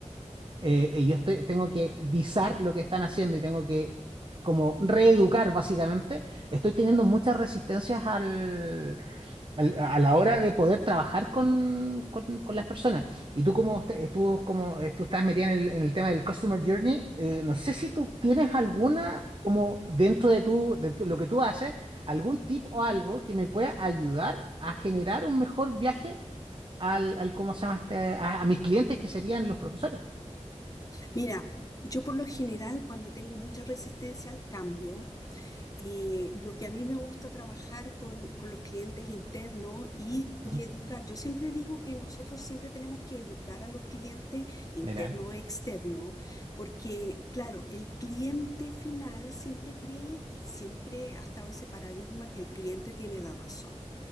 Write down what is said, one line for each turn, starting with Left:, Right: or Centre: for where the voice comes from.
Right: eh, eh, yo estoy, tengo que visar lo que están haciendo y tengo que como reeducar básicamente, estoy teniendo muchas resistencias al, al- a la hora de poder trabajar con, con- con las personas. Y tú como, usted- eh, tú como eh, tú estás metida en el, en el tema del Customer Journey, eh, no sé si tú tienes alguna, como dentro de, tu, de tu- lo que tú haces, algún tip o algo que me pueda ayudar a generar un mejor viaje al, al ¿cómo se llama este? a a mis clientes que serían los profesores.
Left: Mira, yo por lo general cuando tengo mucha resistencia al cambio, eh, lo que a mí me gusta trabajar con, con los clientes internos y, y
Right: Ah,
Left: educar. Yo siempre digo que nosotros siempre tenemos que educar a los clientes internos
Right: Mira,
Left: e externos, porque claro, el cliente final siempre cree y siempre ha estado ese paradigma que el cliente tiene la razón.